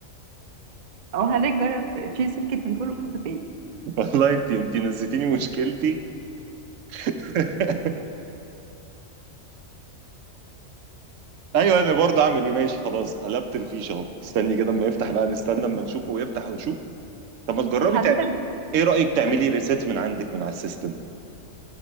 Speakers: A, on the right; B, on the right.
A: او حضرتك جرب تشيل سلك التليفون وتحطه تاني
B: <laughs> والله انت انت نسيتيني مشكلتي <laughs> ايوه انا برضه اعمل ايه ماشي خلاص قلبت الفيشه اهو استني كده اما يفتح بقى نستنى اما نشوفه ويفتح ونشوف طب ما تجربي
A: طب حضرتك
B: تعملي ايه رايك تعملي
A: طب
B: ريسيت من عندك من على السيستم